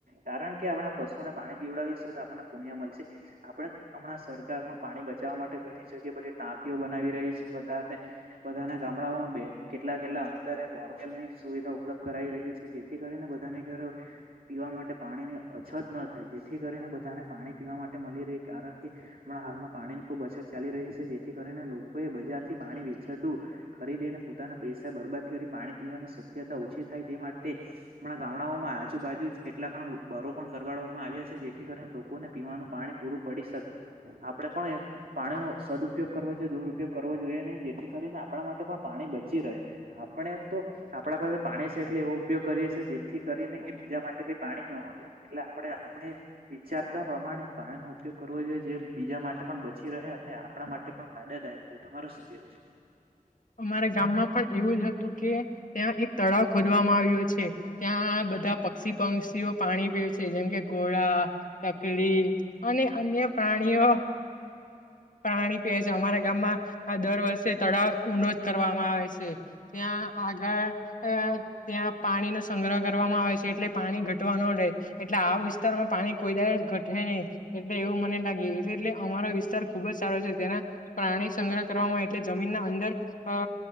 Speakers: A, on the right; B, on the left.
A: કારણ કે આપણા પશુને પાણી પીવડાવી શુ આપને પુણિય મળશે આપણે હમણાં સરકાર પણ પાણી બચાવ બચાવા માટે ઘણી જગ્યા બધી ટાંકીઓ બનાવી રહી છે, બધાને બધાને ગામડાઓમાં બે કેટલા કેટલા અંતરે બોર એમની સુવિધા ઉપલબ્ધ કરાઈ રહી છે જેથી કરીને બધાને ઘરે પીવા માટે પાણીની અછત ન થાય જેથી કરીને બધાને પાણી પીવા માટે મળી રહે કારણ કે હમણાં હાલમાં પાણીની ખૂબ અછત ચાલી રહી છે, જેથી કરીને લોકોએ બજારથી પાણી વેચાતું ખરીદીને પોતાના પૈ સા બરબાદ કરી પાણી પીવાની શક્યતા ઓછી થાય તે માટે અમણા ગામડાઓમાં આજુબાજુ જ કેટલા ખણ બરો પણ કરવાડ આવ્યા છે જેથી કરીને લોકોને પીવાનું પાણી પૂરું પડી શકે આપણે પણ પાણી ન દુરપયોગ કરવો જોઈએ દુરપયોગ કરવો જોઈએ નહી જેથી કરીને આપણા માટે પણ પાણી બચી રહે આપણે તો આપણા પાસે પાણી છે એટલે એવો ઉપયોગ કરીએી જેથી કરીને કે બીજા માટે કઈ પાણી ન હોય એટલે આપણે આપણે વિચારતા પ્રમાણે પાણીનો ઉપયોગ કરવો જોઈએ જે બીજા માટે પણ બચી રહ આપણા માટે પણ ફાયદાદાયક હોય તમાર શું કેવું છે
B: અમારા ગામમાં પણ એવું જ હતું કે ત્યાં એક તળાવ ખોદવામાં આવ્યો છે ત્યાં બધા પક્ષી પક્ષીઓ પાણી પી છે જેમ કે ઘોડા તકડી અને અન્ય પ્રાણીઓ પ્રણી પી છે અમારા ગામમાં દર વર્ષે તળાવ ઉનો કરવામાં આવે છે ત્યાં આગળ ત્યાં પાણીનો સંગ્રહ કરવા આવે છે એટલે પાણી ઘટવા ન રહેે એટલે આ વિસ્તારમાં પાણી કોઈદ ઘટે નહી એટલે એવું મને લાગ એટલે અમારો વિસ્તાર ખુબ જ સારો છે તેના પ્રાણી સંગ્રહ કરવામાં એટલે જમીનના અંદર અ